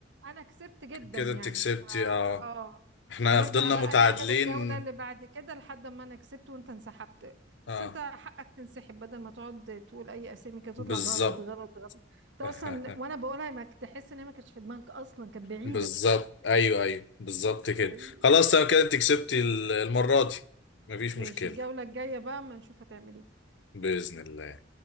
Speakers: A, on the right (about 70°); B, on the left (about 70°).
A: انا كسبت جدا
B: كده
A: يعني
B: انتي كسبتي
A: ف
B: اه
A: اه
B: احنا
A: هنرجع
B: فضلنا
A: بقى
B: متعادلين
A: نعمل الجولة اللي بعد كده لحد ما انا كسبت وانت انسحبت
B: اه
A: بس انت حقك تنسحب بدل ما تقعد تقول اي اسامي كده تطلع
B: بالظبط
A: غلط غلط غلط انت
B: <laughs>
A: اصلا وانا بقولها ما كنت تحس ان هي ما كانتش في دماغك اصلا كانت بعيدة
B: بالظبط ايوه ايوه بالظبط
A: <laughs>
B: كده
A: طيب.
B: خلاص تمام كده انتي كسبتي ال- المرة دي مفيش
A: ماشي
B: مشكلة
A: الجولة الجاية بقى ما نشوف هتعمل ايه
B: بإذن الله